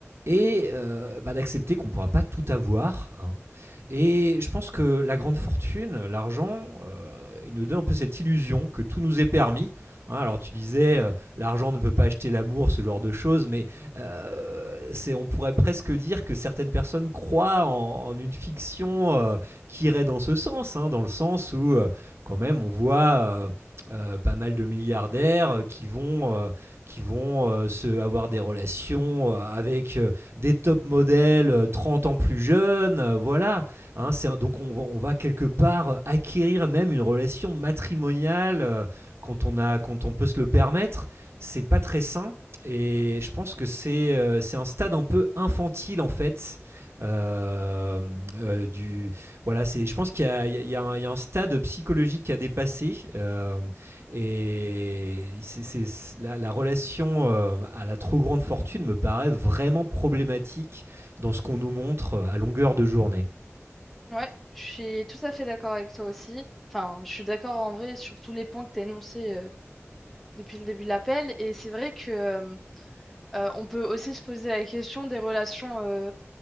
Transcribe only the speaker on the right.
et euh, bah, d'accepter qu'on ne pourra pas tout avoir. hein. Et je pense que la grande fortune, l'argent, euh, il nous donne un peu cette illusion que tout nous est permis. hein. alors tu disais, euh, l'argent ne peut pas acheter l'amour, ce genre de choses, mais euh, c'est, on pourrait presque dire que certaines personnes croient en, en une fiction euh, qui irait dans ce sens, hein, dans le sens où euh, quand même on voit euh, euh, pas mal de milliardaires euh, qui vont, euh, qui vont euh, se, avoir des relations euh, avec euh, des top modèles euh, 30 ans plus jeunes. euh, voilà. Hein, c'est un- donc on, va- on va quelque part euh, acquérir même une relation matrimoniale euh, quand, on a, quand on peut se le permettre. C'est pas très sain. Et je pense que c'est euh, c'est un stade un peu infantile en fait. Euh, euh, du, voilà, c'est, je pense qu'il y a, il y a- il y a un, il y a un stade psychologique à dépasser. euh, et c'est, c'est- la, la relation euh, à la trop grande fortune me paraît vraiment problématique dans ce qu'on nous montre euh, à longueur de journée.